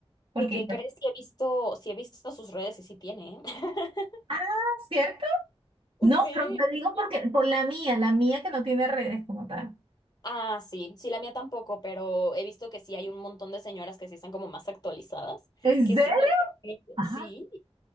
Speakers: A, on the right; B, on the left.
A: Porque
B: ¿Qué, qué
A: ella.
B: crees que he visto? si he visto sus redes y sí tiene. ¿eh? <laughs>
A: Ah, ¿cierto? No,
B: Sí,
A: pero te digo
B: sí tiene.
A: porque por la mía, la mía que no tiene redes como tal.
B: Ah, sí, sí, la mía tampoco, pero he visto que sí hay un montón de señoras que sí están como más actualizadas,
A: ¿En
B: que
A: serio?
B: sí los...
A: Ajá.
B: Sí,